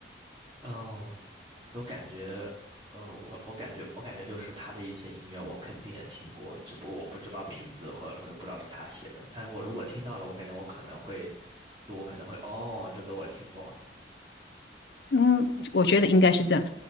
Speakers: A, on the right; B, on the left.
A: 哦，就感觉，呃，我我感觉我感觉就是他的一些音乐我肯定也听过，只不过我不知道名字或者说是不知道是他写的。但是我如果听到了，我感觉我可能会，就我可能会哦，这歌我听过。
B: 嗯，我觉得应该是这样。